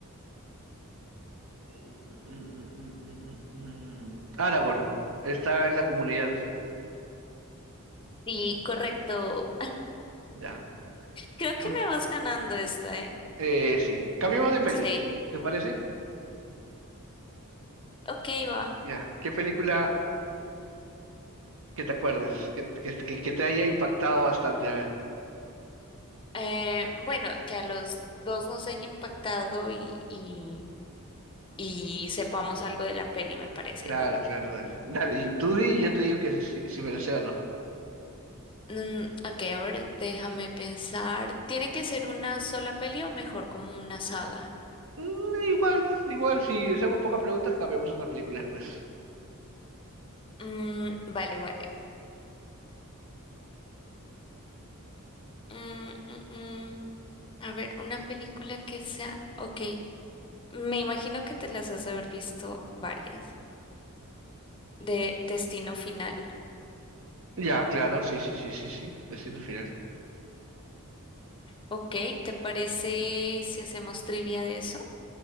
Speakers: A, on the right; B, on the left.
A: Mm, mm, mm, mm, mm, mm, Aragorn. Está en la comunidad.
B: Sí, correcto.
A: Ya.
B: Creo que
A: Cam-
B: me vas ganando esta, ¿eh?
A: Eh, sí. Cambiamos de peli.
B: Sí.
A: ¿Te parece?
B: Ok, va.
A: Ya. ¿Qué película que te acuerdes? Que, que, que- que te haya impactado bastante. A ver.
B: Eh, bueno, que a los dos nos haya impactado y, y, y sepamos algo de la peli, me parece,
A: Claro,
B: ¿no?
A: claro, dale. Dale. Y tú di y yo te digo que si, si, si me la sé o no.
B: Mm, ok, a ver, déjame pensar. ¿Tiene que ser una sola peli o mejor como una saga?
A: Mm, igual, igual, si hacemos pocas preguntas, cambiamos otra película después.
B: Mm, vale, vale. Mm, mm, mm. A ver, una película que sea... Ok. Me imagino que te las has de haber visto varias. De Destino Final.
A: Ya, claro, sí, sí, sí, sí, sí. Destino final.
B: Ok, ¿te parece si hacemos trivia de eso?